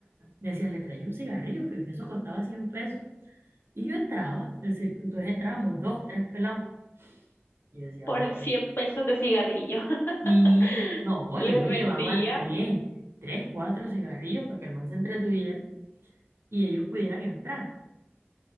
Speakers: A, on the right; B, on the left.
A: me decía, le traía un cigarrillo, que eso costaba 100 pesos. Y yo entraba, es decir, entonces entrábamos dos, tres pelados. Y yo decía,
B: por
A: "Oye,
B: el 100 pesos de cigarrillo. <laughs>
A: sí, no,
B: Le
A: ellos
B: rendía,
A: le llevaban tres, tres, cuatro cigarrillos para que el man se entretuviera y ellos pudieran entrar.